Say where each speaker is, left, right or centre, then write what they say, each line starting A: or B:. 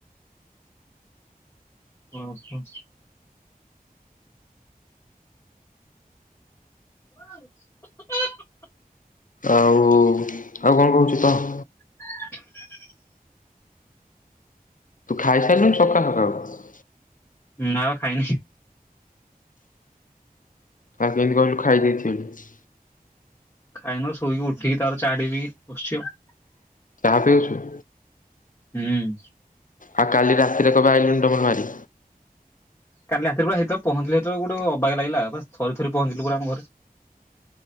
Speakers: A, on the left; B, on the left.
A: ଓ ହୋ। ହୋଇ
B: ଆଉ ଆଉ କଣ କହୁଛୁ କହ?
A: <inaudible>
B: ତୁ ଖାଇସାରିଲୁଣୀ ସକାଳୁ ସକାଳୁ?
A: ନାଁ ବା ଖାଇନି।
B: ଆଉ କେମିତି କହିଲୁ ଖାଇ ଦେଇଥିଲି?
A: ଖାଇନୁ ଶୋଇକି ଉଠିକି ତାପରେ ଚା ଟିକେ ପିଇକି ବସିଚି ଆଉ।
B: ଚାହା ପିଉଛୁ?
A: ହୁଁ।
B: ଆଉ କାଲି ରାତିରେ କଣ ପାଇଁ ଆଇଲୁନି ଟମଲ ମାରି।
A: କାଲି ରାତିରେ ପୁରା ହେଇତ ପହଞ୍ଚିଲି ଯେତେବେଳେ କୁ ଗୋଟେ ଅବାଗିଆ ଲାଗିଲା ଆଉ, ବାସ ଥରି ଥରି ପହଞ୍ଚିଲୁୁ ପରା ଆମ ଘରେ।